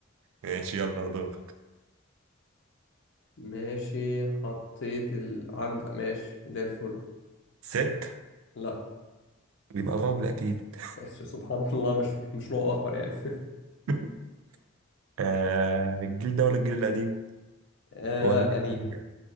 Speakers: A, on the right; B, on the left.
A: ماشي يلا دورك
B: ماشي حطيت ال... عند ماشي زي الفل
A: ست
B: لا
A: بيبقى راجل اكيد
B: ماشي سبحان الله مش مش نوع اخر يعني <laughs>
A: <laughs> آه الجيل ده ولا الجيل القديم
B: آه
A: ولا
B: لا
A: الجيل
B: القديم
A: القديم